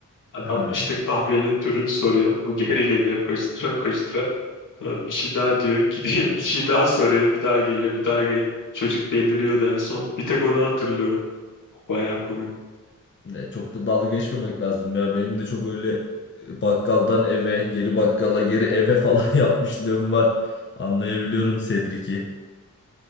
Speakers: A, on the left (about 70°); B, on the left (about 35°).
A: Adam
B: Hı.
A: işte kahvenin türünü soruyor. Bu geri geliyor koştura koştura. Sonra bir şey daha diyor. <laughs> Gidiyor bir şey daha soruyor. Bir daha geliyor bir daha geliyor. Çocuk deliriyordu en son. Bir tek onu hatırlıyorum. Bayağı komik.
B: Ne, Çok da dalga geçmemek lazım ya. Benim de çok öyle e, bakkaldan eve, geri bakkala, geri eve falan <laughs> yapmışlığım var. Anlayabiliyorum Cedric'i.